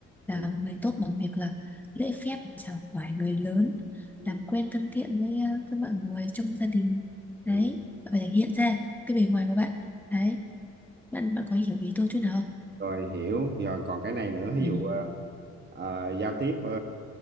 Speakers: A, on the right (about 35°); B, in the centre.
A: ừ,
B: là một người tốt bằng việc là lễ phép chào hỏi người lớn
A: ừ,
B: làm quen thân thiện với ờ, với mọi người trong gia đình
A: ừ.
B: đấy bạn phải thể hiện ra cái bề ngoài của bạn đấy bạn bạn có hiểu ý tôi chút nào không
A: Rồi hiểu, rồi còn cái này nữa, ví
B: ừ.
A: dụ ờ, ờ, giao tiếp ờ,